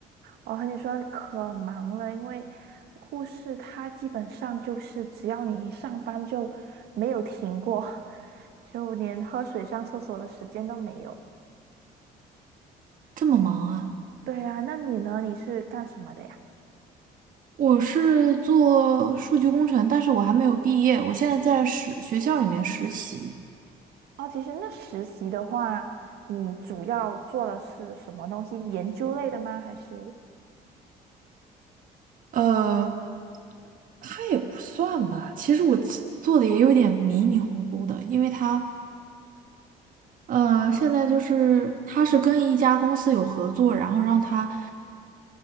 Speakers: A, on the right (about 70°); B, on the right (about 55°).
A: 我和你说可忙了，因为护士她基本上就是只要你一上班就没有停过，<laughs> 就连喝水上厕所的时间都没有。
B: 这么忙啊？
A: 对啊，那你呢？你是干什么的呀？
B: 我是做数据工程，但是我还没有毕业，我现在在实学校里面实习。
A: 哦，其实那实习的话，你主要做的是什么东西？研究类的吗？还是？
B: 呃，他也不算吧，其实我其做的也有点迷迷糊糊的，因为他呃，现在就是他是跟一家公司有合作，然后让他